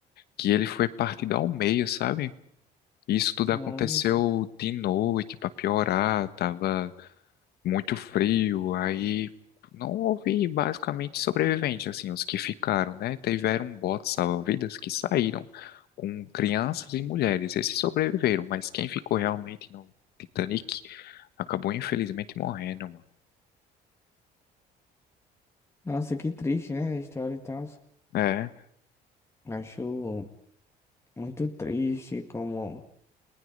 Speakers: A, on the left; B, on the left.
A: que ele foi partido ao meio, sabe? Isso tudo
B: Nossa.
A: aconteceu de noite para piorar, tava muito frio, aí não houve basicamente sobreviventes, assim, os que ficaram, né? Tiveram botes salva-vidas que saíram com crianças e mulheres, esses sobreviveram, mas quem ficou realmente no Titanic acabou infelizmente morrendo, mano.
B: Nossa, que triste, né? A história e tal.
A: É,
B: Acho muito triste como,